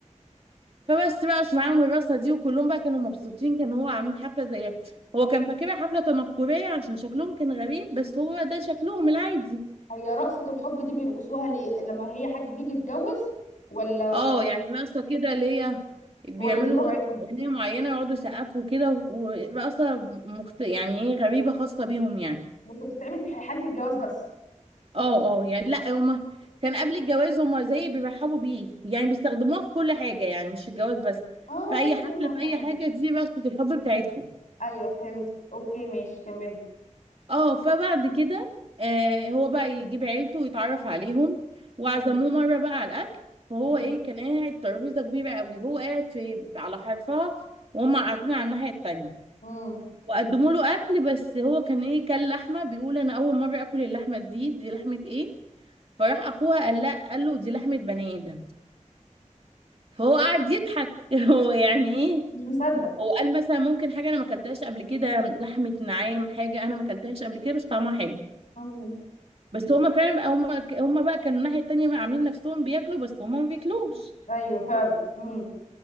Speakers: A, on the right; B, on the left.
A: فبس بقى معاهم الرقصه دي وكلهم بقى كانوا مبسوطين كان هو عاملين حفله زيها هو كان فاكرها حفله تنكريه عشان شكلهم كان غريب بس هو بقى ده شكلهم العادي
B: هي رقصة الحب دي بيرقصوها ليه لما هي حد بيجي يتجوز ولا
A: اه يعني رقصه كده اللي هي بيعملوا
B: ولا دي طبيعتهم
A: اغنيه معينه يقعدوا يسقفوا كده ورقصه مخت... يعني ايه غريبه خاصه بيهم يعني
B: بس بتتعمل في حالة الجواز بس
A: اه اه يعني لا هما كان قبل الجواز هما زي بيرحبوا بيه يعني بيستخدموها في كل حاجه يعني مش الجواز بس
B: اه
A: في اي حفله في اي حاجه دي رقصه الحب بتاعتهم
B: ايوه فهمت اوكي ماشي كملي
A: اه فبعد كده آه هو بقى يجيب عيلته ويتعرف عليهم وعزموه
B: مم.
A: مرة بقى على الأكل فهو ايه
B: مم.
A: كان قاعد ترابيزة كبيرة قوي هو قاعد في على حرفها وهم قاعدين على الناحية التانية
B: مم.
A: وقدموا له أكل بس هو كان ايه كان لحمة بيقول أنا أول مرة آكل اللحمة دي دي لحمة ايه فراح أخوها قال لا قال له دي لحمة بني آدم فهو قعد يضحك <laughs> هو يعني ايه
B: مش مصدق
A: هو قال مثلا ممكن حاجة أنا ما أكلتهاش قبل كده لحمة نعام حاجة أنا ما أكلتهاش قبل كده بس طعمها حلو
B: مم.
A: بس هما فعلا بقى هما هما بقى كانوا الناحية التانية بقى عاملين نفسهم بياكلوا بس هما ما بياكلوش
B: ايوه فعلا مم.